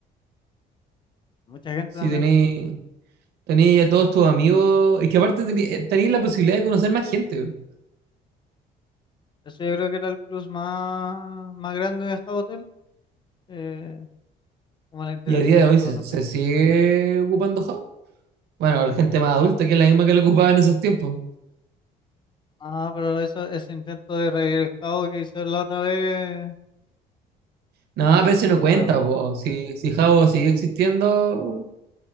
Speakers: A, on the left (about 30°); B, on the right (about 70°).
A: Mucha gente
B: Si
A: también,
B: tenéis tenéis a todos tus amigos. Es que aparte tenéis la posibilidad de conocer más gente. weón.
A: eso yo creo que era el plus más, más grande de Hotel eh, como las interacciones
B: Y a día de hoy
A: con
B: se,
A: otra
B: se
A: persona.
B: sigue ocupando Java. Bueno, la gente más adulta que es la misma que lo ocupaba en esos tiempos.
A: Ah, pero eso, ese intento de revivir el jao que hizo la otra vez,
B: No,
A: no,
B: pero eso
A: no,
B: no
A: no
B: cuenta,
A: pegó.
B: po. Si, si Java sigue existiendo,